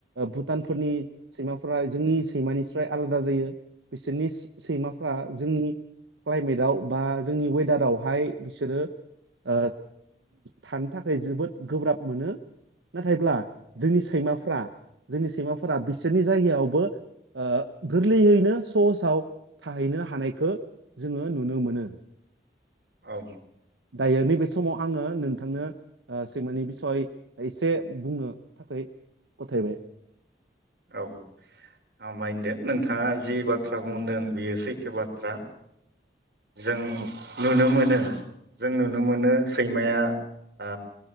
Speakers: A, on the right; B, on the right.
A: भुटानफोरनि सैमाफोरा जोंनि सैमानिसाय आलादा जायो बिसोरनि सैमाफ्रा जोंनि क्लाइमेटआव बा जोंनि वेदारावहाय बिसोरो ओ थानो थाखाय जोबोद गोब्राब मोनो नाथायब्ला जोंनि सैमाफ्रा जोंनि सैमाफोरा बिसोरनि जायगायावबो ओ गोरलैयैनो सहसाव थाहैनो हानायखो जोङो नुनो मोनो।
B: औ।
A: दायो नैबे समाव आङो नोंथांनो सेैमानि बिसय एसे बुंनो थाखै गथायबाय।
B: औ हामबाय होनदो नोंथाङा जि बाथ्रा बुंदों बियो सैथो बाथ्रा जों
A: औ
B: नुनो मोनो जों नुनो मोनो सैमाया ओ